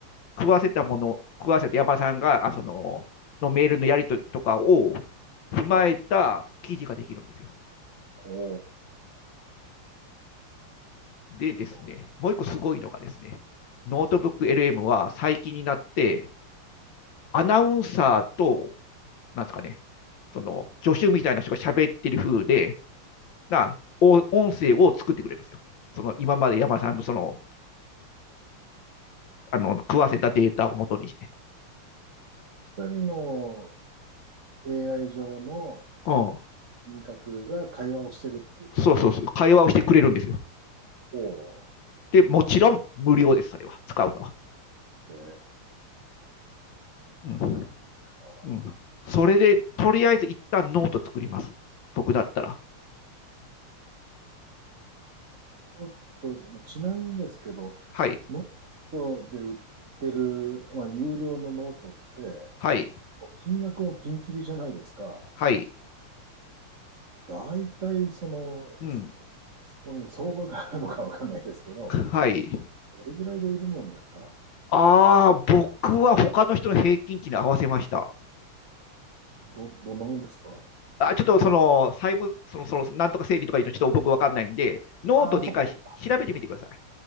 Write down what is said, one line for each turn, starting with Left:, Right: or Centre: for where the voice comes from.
Left: 食わせたもの、食わせた山田さんが、あその、のメールのやり取りとかを踏まえた記事ができるんですよ。
Right: はい、ほ
Left: でですね、
Right: う。
Left: もう一個すごいのがですね、ノートブック LM は最近になって、
Right: はい、
Left: アナウンサーと、なんですかね、その助手みたいな人が喋ってる風で、な音声を作ってくれるんですよ。
Right: はい、はい。
Left: その今まで山田さんのそのあの食わせたデータを元にして、
Right: 二人の AI 上の
Left: うん。
Right: 人格が会話をしてるっていうことですか。
Left: そうそうそう、会話をしてくれるんですよ。
Right: おお。
Left: で、もちろん無料です、それは、使うのは。
Right: ええ
Left: うん。
Right: 知らなかった。
Left: うん、それで、とりあえず一旦ノート作ります。僕だったら。
Right: もっと、ちなみにですけど、
Left: はい、
Right: ノートで売ってる、まあ、有料のノートって、
Left: はい、
Right: 金額もピンキリじゃないですか。
Left: はい。
Right: 大体、その、
Left: うん。
Right: そこに相場があるのかわかんないですけど、
Left: はい。
Right: どれぐらいで売るもんですか
Left: ああ、僕は他の人の平均値に合わせました。
Right: ど、どんなもんですか
Left: あ、ちょっとその、債務、その、その、なんとか整理とかいうの、ちょっと僕わかんないんで、ノートで一回し調べてみてください。
Right: ああ、そっかそっか。